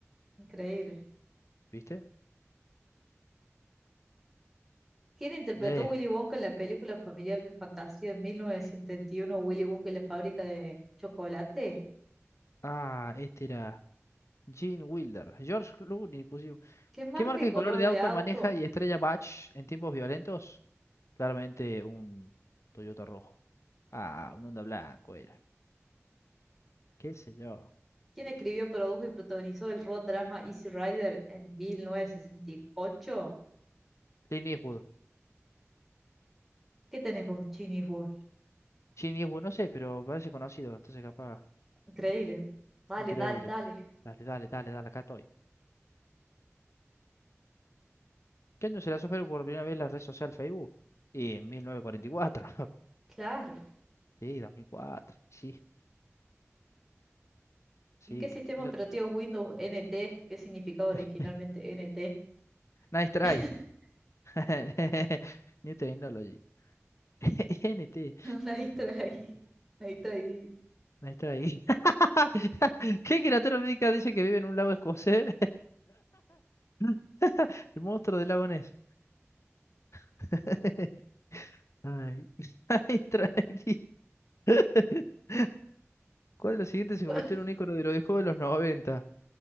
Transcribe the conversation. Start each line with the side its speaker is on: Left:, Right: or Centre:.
Centre: increíble.
Left: ¿Viste?
Centre: ¿Quién interpretó
Left: Lee.
Centre: a Willy Wonka en la película familiar de fantasía de 1971, Willy Wonka y la fábrica de chocolate?
Left: Ah, este era. Gene Wilder. George Clooney pusimos.
Centre: ¿Qué marca
Left: ¿Qué marca
Centre: y
Left: de
Centre: color
Left: color de
Centre: de
Left: auto
Centre: auto?
Left: maneja y estrella Batch en tiempos violentos? Claramente un Toyota rojo. Ah, un Honda blanco era. ¿Qué sé yo?
Centre: quien escribió, produjo y protagonizó el road drama Easy Rider en 1968.
Left: Clint Eastwood.
Centre: ¿Qué tenés con Genius Wolf?
Left: Clint Eastwood, no sé, pero parece conocido. Entonces capaz.
Centre: Increíble. Dale,
Left: Increíble.
Centre: dale, dale.
Left: Dale, dale, dale, dale. Acá estoy. ¿Qué año se lanzó Facebook por primera vez la red social Facebook? Y en 1944.
Centre: Claro.
Left: Sí, 2004, Sí, sí.
Centre: ¿En qué sistema
Left: ta- lo-
Centre: operativo es Windows NT? ¿Qué significaba originalmente
Left: <laughs>
Centre: NT?
Left: Nice try.
Centre: <laughs>
Left: <laughs> New Technology. <laughs> N T,
Centre: La distraí. La distraí.
Left: Nice try. <laughs> ¿Qué criatura médica dice que vive en un lago escocés? <laughs> El monstruo del lago Ness. <laughs> Ay, <laughs> nice try. <laughs> ¿Cuál de los siguientes se
Centre: <laughs>
Left: convirtió en un ícono de los videojuegos de los noventa,